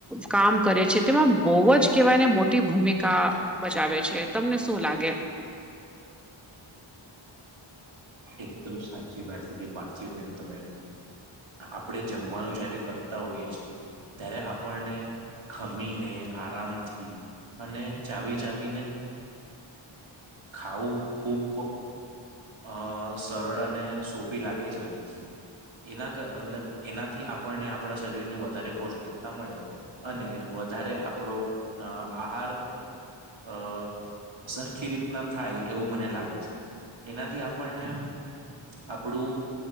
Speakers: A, in the centre; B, on the right.
A: કામ કરે છે તેમાં બોવ જ કેવાય ને મોટી ભૂમિકા ભજાવે છે, તમને શું લાગે?
B: એકદમ સાચી વાત કીધી પાર્થિવ બેન તમે આપડે જમવાનું જયારે કરતા હોઈએ છે. ત્યારે આપણને ખમીને આરામથી અને ચાવી ચાવી ને ખાવું ખૂબ અ સરળ અને સોપી લાગે છે. એના મતલબ એનાથી આપણને આપણા શરીરને વધારે પૌષ્ટિકતા મળે અને વધારે આપણો અ આહાર અ સરખી રીતના થાય એવું મને લાગે છે. એનાથી આપણને આપણું